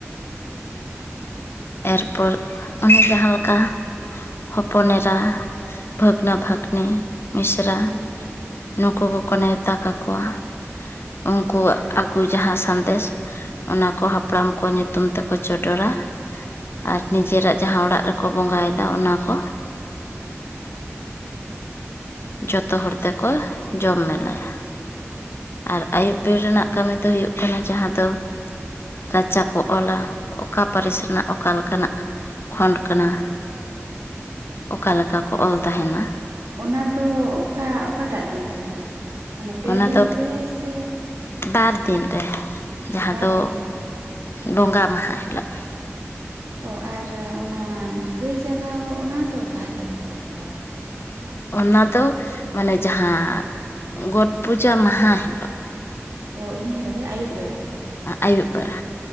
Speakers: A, on the left; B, on the right.
A: ᱮᱨᱯᱚᱨ, ᱚᱱᱮ ᱡᱟᱦᱟᱸ ᱞᱮᱠᱟ ᱦᱚᱯᱚᱱ ᱮᱨᱟ, ᱵᱷᱟᱹᱜᱽᱱᱟᱹ, ᱵᱷᱟᱜᱽᱱᱤ, ᱢᱤᱥᱨᱟ,
B: ᱦᱮᱸ
A: ᱱᱩᱠᱩ ᱠᱚᱠᱚ ᱱᱮᱣᱛᱟ ᱠᱟᱠᱚᱣᱟ᱾ ᱩᱱᱠᱩᱣᱟᱜ ᱟᱜᱩ ᱡᱟᱦᱟᱸ ᱥᱟᱸᱫᱮᱥ ᱚᱱᱟᱠᱚ ᱦᱟᱯᱲᱟᱢ ᱠᱚ, ᱧᱩᱛᱩᱢ ᱛᱮᱠᱚ ᱪᱚᱰᱚᱨᱟ᱾ ᱟᱨ ᱱᱤᱡᱮᱨᱟᱜ ᱡᱟᱦᱟᱸ ᱚᱲᱟᱜ ᱨᱮᱠᱚ ᱵᱚᱸᱜᱟ ᱭᱮᱫᱟ ᱚᱱᱟ ᱠᱚ ᱡᱚᱛᱚ ᱦᱚᱲ ᱛᱮᱠᱚ ᱡᱚᱢ ᱢᱮᱞᱟᱭᱟ᱾ ᱟᱨ ᱟᱹᱭᱩᱵ ᱵᱤᱨ ᱨᱮᱱᱟᱜ ᱠᱟᱹᱢᱤ ᱫᱚ ᱦᱩᱭᱩᱜ ᱠᱟᱱᱟ, ᱡᱟᱦᱟᱸ ᱫᱚ ᱨᱟᱪᱟ ᱠᱚ ᱚᱞᱟ, ᱚᱠᱟ ᱯᱟᱹᱨᱤᱥ ᱨᱮᱱᱟᱜ ᱚ ᱚᱠᱟ ᱞᱮᱠᱟᱱᱟᱜ ᱠᱷᱚᱸᱰ ᱠᱟᱱᱟ, ᱚᱠᱟᱮᱠᱟ ᱠᱚ ᱚᱞ ᱛᱟᱦᱮᱱᱟ,
B: ᱚᱱᱟ ᱫᱚ ᱚᱠᱟ, ᱚᱠᱟᱴᱟᱜ ᱫᱤᱱ ᱨᱮ? ᱢᱟᱱᱮ ᱯᱮ
A: ᱚᱱᱟ
B: ᱫᱤᱱ
A: ᱫᱚ
B: ᱨᱮ ᱥᱮ
A: ᱵᱟᱨ ᱫᱤᱱ ᱨᱮ, ᱡᱟᱦᱟᱸ
B: ᱵᱟᱨ
A: ᱫᱚ
B: ᱫᱤᱱ ᱨᱮ
A: ᱵᱚᱸᱜᱟ ᱢᱟᱦᱟ ᱦᱤᱞᱳᱜ᱾
B: ᱚ ᱟᱨ ᱚᱱᱟ ᱜᱟᱹᱭ ᱡᱟᱜᱟᱣ ᱚᱱᱟ ᱫᱚ ᱚᱠᱟ ᱦᱤᱞᱳᱜ ᱠᱚ ᱠᱚᱨᱟᱣᱟ?
A: ᱚᱱᱟ ᱫᱚ ᱢᱟᱱᱮ ᱡᱟᱦᱟᱸ, ᱜᱚᱴ ᱯᱩᱡᱟᱹ ᱢᱟᱦᱟ ᱦᱤᱞᱳᱜ᱾
B: ᱚ ᱤᱱᱟᱹ ᱦᱤᱞᱳᱜ ᱜᱮ, ᱟᱭᱩᱵ ᱵᱮᱲᱟ᱾
A: ᱟᱭᱩᱵ ᱵᱟᱲᱟ,